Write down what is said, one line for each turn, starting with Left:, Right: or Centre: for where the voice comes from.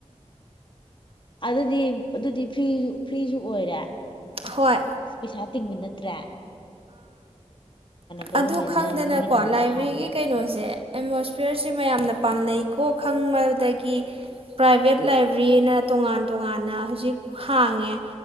Left: ꯑꯗꯨꯗꯤ ꯑꯗꯨꯗꯤ ꯐ꯭ꯔꯤꯁꯨ ꯐ꯭ꯔꯤꯁꯨ ꯑꯣꯏꯔꯦ
Right: ꯍꯣꯏ
Left: ꯄꯩꯁ ꯇꯤꯡꯕ ꯅꯠꯇ꯭ꯔꯥ ꯒꯕꯔꯃꯦꯟꯅ
Right: ꯑꯗꯨ ꯈꯪꯗꯅꯀꯣ
Left: ꯃꯣꯏꯒꯤꯗꯃꯛꯇ
Right: ꯂꯥꯏꯕ꯭ꯔꯦꯔꯤꯒꯤ
Left: ꯍꯥꯡꯉꯦ
Right: ꯀꯩꯅꯣꯁꯦ ꯑꯦꯠꯃꯣꯁꯐꯤꯌꯔꯁꯦ ꯃꯌꯥꯝꯅ ꯄꯥꯝꯅꯩ ꯀꯣ ꯈꯪꯕꯗꯒꯤ ꯄ꯭ꯔꯥꯏꯚꯦꯠ ꯂꯥꯏꯕ꯭ꯔꯦꯔꯤꯅ ꯇꯣꯉꯥꯟ ꯇꯣꯉꯥꯟꯅ ꯍꯧꯖꯤꯛ ꯍꯥꯡꯉꯦ